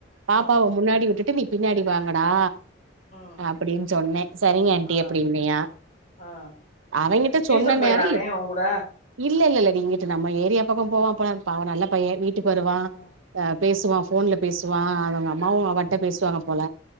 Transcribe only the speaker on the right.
பாப்பாவ
முன்னாடி விட்டுட்டு நீ பின்னாடி வாங்கடா
அப்பிடின் சொன்னே சரிங்காண்டி
அப்பிடி இன்னையா
அவங்கிட்ட
சொன்னேனே
நேர
இல்ல இல்லலடி இங்கிட்டு நம்ம
ஏரியா பக்கோ போவா போல பா நல்ல பைய வீ ட்டு வருவா
அ பேசுவா ஃபோன்ல பேசுவா அவன அவுங்க அம்மாவு அவட்ட பேசுவாங்க போல